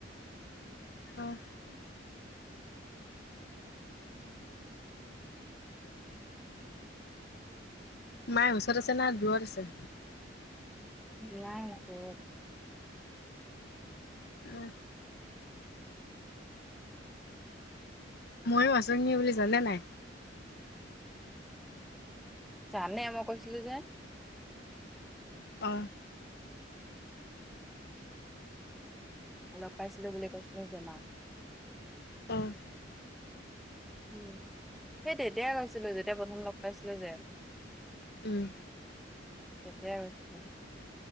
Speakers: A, on the left; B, in the centre.
A: অ'। মায়ে ওচৰত আছে না দূৰত আছে?
B: নাই ওচৰত।
A: উম। ময়ো আছোহি বুলি জানে নাই?
B: জানে মই কৈছিলো যে।
A: অ'।
B: লগ পাইছিলো বুলি কৈছিলো জানা।
A: অ',
B: উম, সেই তেতিয়ায়ে কৈছিলো যেতিয়া প্ৰথম লগ পাইছিলো যে।
A: উম।
B: তেতিয়া কৈছিলো।